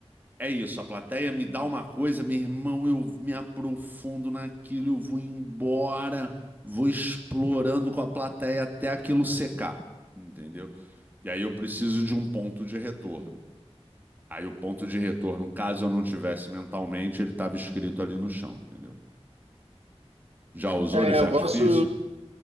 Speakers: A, on the right (about 15°); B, on the right (about 70°).
A: é isso, a plateia me dá uma coisa, meu irmão, eu me aprofundo naquilo, eu vou embora, vou explorando com a plateia até aquilo secar, entendeu? E aí eu preciso de um ponto de retorno. Aí o ponto de retorno, caso eu não tivesse mentalmente, ele estava escrito ali no chão, entendeu? Já usou
B: É,
A: esse
B: eu
A: artifício?
B: gosto